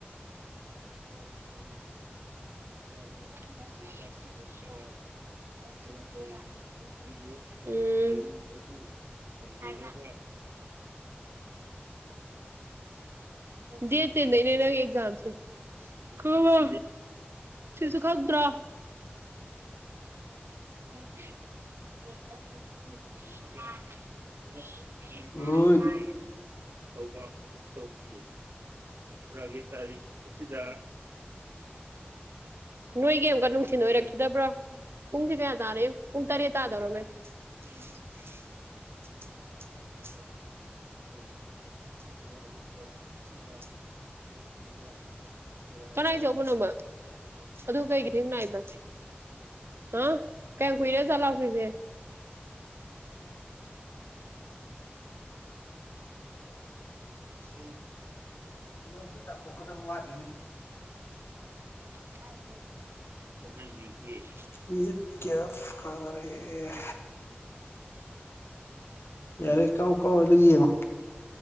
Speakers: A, on the right (about 75°); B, on the left (about 80°).
A: <unintelligible> <unintelligible> ꯁꯦ <unintelligible> ꯎꯝ <unintelligible> ꯗ ꯇꯤꯟꯗꯅꯦꯅ ꯑꯦꯖꯝꯁ <unintelligible> ꯍ ꯍ <inaudible> ꯁꯤꯁꯨ ꯈꯪꯗ꯭ꯔꯣ ꯠꯇ <unintelligible>
B: ꯑꯣꯏ
A: ꯁꯧ ꯎ ꯇ ꯎꯤ <unintelligible> ꯆꯁ꯭ꯔꯥꯒꯤ ꯇꯔꯤ <unintelligible> ꯅꯣꯏꯒꯤ ꯑꯃꯨꯛꯀ ꯅꯨꯡꯊꯤꯟ ꯑꯣꯏꯔꯛꯈꯤꯗꯕ꯭ꯔꯣ ꯄꯨꯡꯁꯦ ꯀꯌꯥ ꯇꯥꯔꯦ ꯄꯨꯡ ꯇꯔꯦꯠ ꯇꯥꯗꯧꯔꯝꯃꯦ <unintelligible> <unintelligible> <unintelligible> <unintelligible> ꯀꯅꯥꯏ ꯆꯧꯕꯅꯣꯕ ꯑꯗꯨ ꯀꯩꯒꯤ ꯊꯦꯡ ꯅꯥꯏꯕ ꯑ ꯀꯌꯥꯝ ꯀꯨꯏꯔꯦ ꯑꯖꯠꯂꯥꯎꯈ꯭ꯔꯤꯁꯦ ꯁꯤ <unintelligible>
B: ꯌꯣꯟꯁꯤ ꯇꯥꯟꯊꯣꯛꯀꯗꯕ ꯋꯥꯠꯂꯤꯅꯤ
A: ꯁꯍ <unintelligible>
B: ꯃꯤꯅꯤꯠ ꯀꯌꯥ ꯐꯥꯔꯦ ꯌꯥꯔꯦ ꯀꯥꯎ ꯀꯥꯎ ꯑꯗꯨ ꯌꯦꯡꯉꯣ